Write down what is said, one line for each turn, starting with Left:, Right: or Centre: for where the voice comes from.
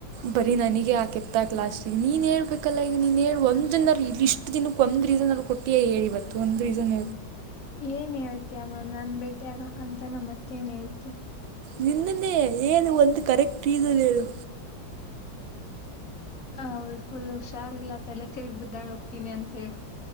Right: ಬರೀ ನನಗೆ ಆ ಕೆತ್ತಾಲಾಸ್ಟಿಗೆ ನೀನ್ ಹೇಳ್ಬೇಕಲ್ಲ ಈಗ ನೀನ್ ಒಂದಿನ ಇ ಇಷ್ಟು ದಿನಕ್ಕೆ ಒಂದು ರೀಸನು ಕೊಟ್ಟ ಏ ಹೇಳಿ ಬತ್ತು ಒಂದು ರೀಸನ್
Left: ಏನ್ ಹೇಳತೀಯಾಮ್ಮ ನನ್ ಭೇಟಿ ಆಗಕಂತಾನ ಮತ್ತೇನ್ ಹೇಳ್ತೀನಿ
Right: ನಿನ್ನನ್ನೇ ಏನು ಒಂದು ಕರೆಕ್ಟ್ ರೀಸನ್ ಹೇಳು.
Left: ಹ ಅವಳು ಫುಲ್ ಹುಷಾರಿಲ್ಲಾ ತಲೆ ತಿರ್ಗ್ ಬಿದ್ದಾಳ ಹೋತೀನಿ ಅಂತ ಹೇಳ.